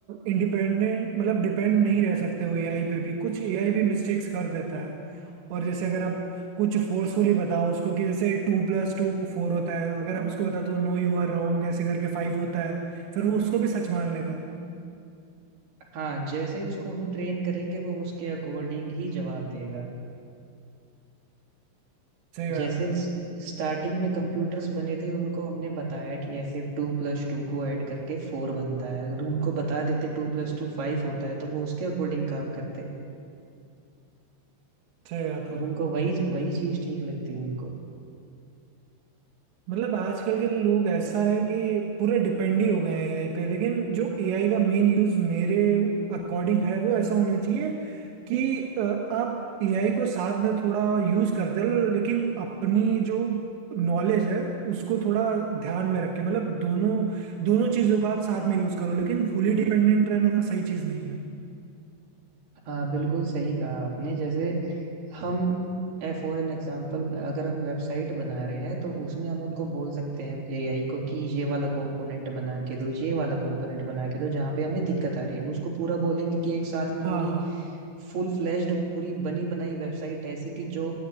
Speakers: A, on the right; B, on the right.
A: इंडिपेंडेंट मतलब डिपेंड नहीं रह सकते हो एआई पे भी कुछ एआई भी मिस्टेक्स कर देता है और जैसे अगर आप कुछ फोर्सफुली बताओ उसको कि जैसे टू प्लस टू फोर होता है अगर आप उसको बता दो नो यू आर रॉन्ग ऐसे करके फाइव होता है फिर वो उसको भी सच मान लेगा
B: हाँ जैसे उसको हम ट्रेन करेंगे वो उसके अकॉर्डिंग ही जवाब देगा
A: सही बात
B: जैसे
A: है
B: स्टार्टिंग में कंप्यूटर्स बने थे उनको हमने बताया कि ऐसे टू प्लस टू को ऐड करके फोर बनता है अगर उनको बता देते टू प्लस टू फाइव होता है तो वो उसके अकॉर्डिंग काम करते
A: सही बात
B: और
A: है
B: उनको वही वही चीज ठीक लगती है उनको
A: मतलब आजकल के लोग ऐसा है कि पूरे डिपेंड ही हो गए हैं एआई पे लेकिन जो एआई का मेन यूज मेरे अकॉर्डिंग है वो ऐसा होना चाहिए कि अ, आप एआई को साथ में थोड़ा यूज करते रहो लेकिन अपनी जो नॉलेज है उसको थोड़ा ध्यान में रखें मतलब दोनों दोनों चीजों का आप साथ में यूज करो लेकिन फुली डिपेंडेंट रहना सही चीज नहीं है
B: हाँ बिल्कुल सही कहा आपने जैसे हम फॉर एन एग्जाम्पल अगर हम वेबसाइट बना रहे हैं तो उसमें हम उनको बोल सकते हैं एआई को कि ये वाला कंपोनेंट बना के दो ये वाला कंपोनेंट बना के दो जहाँ पे हमें दिक्कत आ रही है उसको पूरा बोलेंगे कि एक साथ में
A: हाँ
B: पूरी
A: हाँ
B: फुल फ्लेश्ड पूरी बनी बनाई वेबसाइट ऐसी कि जो